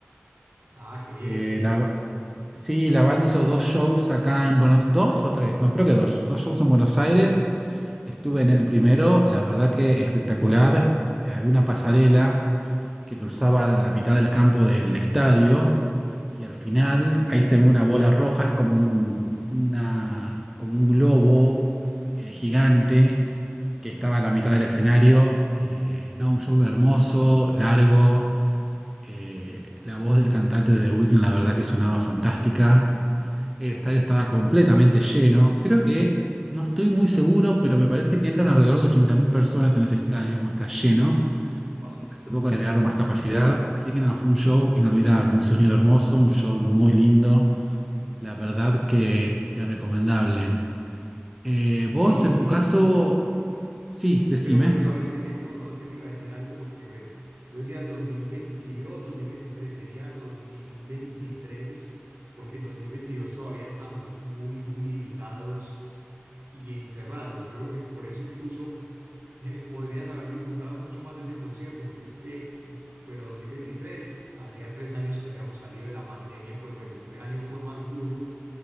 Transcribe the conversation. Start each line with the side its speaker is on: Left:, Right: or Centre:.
Right: Ah, qué bien.
Centre: Eh, la, Sí, la banda hizo dos shows acá en Buenos dos o tres, no, creo que dos, dos shows en Buenos Aires. Estuve en el primero, la verdad que espectacular. Eh, había una pasarela que cruzaba la mitad del campo del estadio y al final ahí se ve una bola roja, es como un, una, como un globo eh, gigante que estaba en la mitad del escenario. Eh, no, un show hermoso, largo. Eh, la voz del cantante de The Weeknd, la verdad que sonaba fantástica. El estadio estaba completamente lleno. Creo que, no estoy muy seguro, pero me parece que entran alrededor de 80.000 personas en ese estadio, como está lleno.
Right: Upa.
Centre: Se que agregar más capacidad. Así que nada, fue un show inolvidable, un sonido hermoso, un show muy lindo. La verdad que, que recomendable. Eh,
Right: Sí,
Centre: vos, en
Right: sí.
Centre: tu caso, sí, decime.
Right: Pero, pero sabes que te- no, no, es que te iba a decir algo porque, bueno, tú decías 2022, 2023, sería 2023, porque en 2022 todavía estábamos muy, muy limitados y encerrados. Yo creo que por eso incluso eh, podrías haber disfrutado mucho más de ese concierto, porque es que, en- bueno, 2023, hacía tres años que habíamos salido de la pandemia, pues bueno, el primer año fue más duro